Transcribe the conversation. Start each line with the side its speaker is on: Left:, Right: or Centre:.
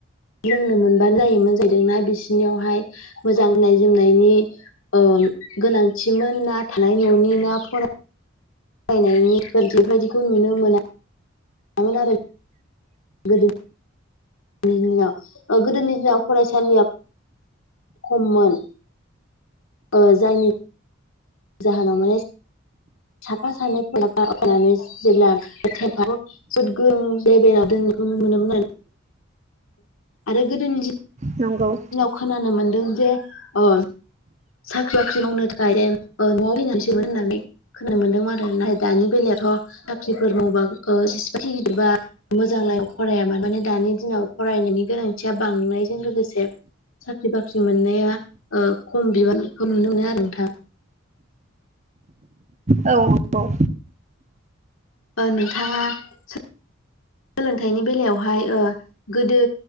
Left: लोंनो मोनबानो जायोमोन जाहैदों ना बिसिनियावहाय मोजां गाननाय जोमनायनि ओम गोनांथिमोन ना थानाय न'नि ना फरा रायनायनि बेफोर बेफोरबायदिखौ नुनो मोना नामोन आरो। गोदो दिनाव गोदोनि दिनाव फरायसालिया, खममोन ओ जायनि जाहानाव माने साफा सानैफा फानै जेब्ला थेफाव फुद <unintelligible> लेबेलाव नुनो मोनोमोन आरो आरो गोदोनि जि
Right: नंगौ
Left: खोनानो मोनदों जे ओ साख्रि बाख्रि मावनो थाखाय न'आव फैनानैसोमोन होननानै खोननो मोनदोंमोन आरो नाय दानि बेलायावथ साख्रिफोर मावबा ओ जेसेबाखिनि बिबा मोजांलाय फराया माबानो दानि दिनाव फरायनायनि गोनांथिया बांनायजों लोगोसे साख्रि बाख्रि मोननाया ओ खम बिबानखौ नुनो मोनो आरो नोंथां।
Right: औ नंगौ।
Left: ओ नोंथाङा सोलोंथाइनि बेलायावहाय ओ गोदो